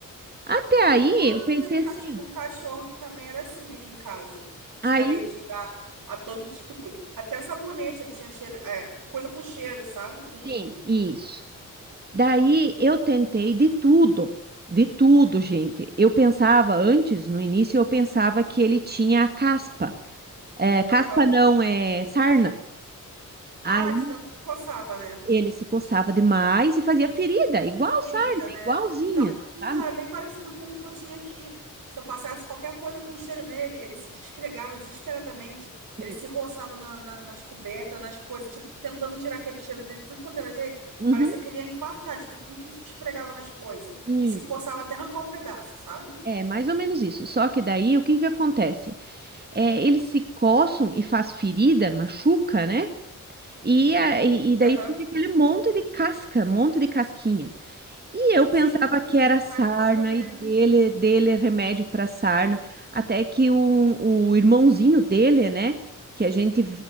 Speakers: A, on the right (about 30°); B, on the right (about 85°).
A: Até aí,
B: Ah,
A: eu pensei
B: eu
A: assim.
B: já tive um cachorro que também era assim aqui em casa. Tinha
A: Aí,
B: alergia a, a todo tipo, até sabonete, ele tinha cheiro, é, coisa com cheiro, sabe? Com.
A: sim, isso. Daí eu tentei de tudo, de tudo, gente. Eu pensava antes, no início, eu pensava que ele tinha a caspa. É, caspa
B: Aham.
A: não, é sarna.
B: Ah,
A: Aí
B: de tanto que coçava, né?
A: ele se coçava demais e fazia ferida, igual
B: Ferida,
A: sarna,
B: né?
A: igualzinha,
B: Então, então,
A: sabe?
B: era bem parecido com o que eu tinha aqui. Se eu passasse qualquer coisa com cheiro nele, ele se esfregava desesperadamente,
A: Isso.
B: ele se roçava na- na- nas cobertas, nas coisas, tipo, tentando tirar aquele cheiro dele, tudo quanto era jeito.
A: Uhum.
B: Parecia que ele ia infartar de tanto que ele se esfregava nas coisas.
A: Isso.
B: E se coçava até arrancar um pedaço, sabe?
A: É, mais ou menos isso. Só que daí o que que acontece? É, eles se coçam e faz ferida, machuca, né? E, a- e e daí
B: Aham.
A: fica aquele monte de casca, monte de casquinha. E eu
B: Sim,
A: pensava que era sarna
B: cara aqui também.
A: e dele, dele é remédio para sarna, até que o, o irmãozinho dele, né, que a gente